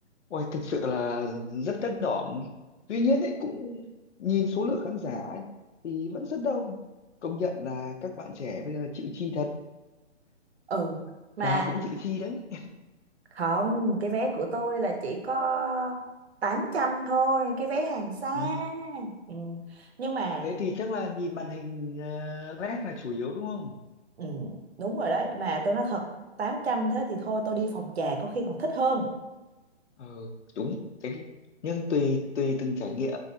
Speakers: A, on the left; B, on the right.
A: Ôi, thực sự là rất đắt đỏ. Tuy nhiên ấy, cũng nhìn số lượng khán giả ấy, thì vẫn rất đông. Công nhận là các bạn trẻ bây giờ chịu chi thật.
B: ừ mà
A: Bà cũng chịu chi đấy.
B: không cái vé của tôi là chỉ có 800 thôi cái vé hàng xa
A: Ừ.
B: ừ. nhưng mà
A: Thế thì chắc là nhìn màn hình uh, led là chủ yếu đúng không?
B: ừ, đúng rồi đấy mà tôi nói thật 800 thế thì thôi tôi đi phòng trà có khi còn thích hơn
A: Ờ, đúng. Cái, nhưng tùy tùy từng trải nghiệm,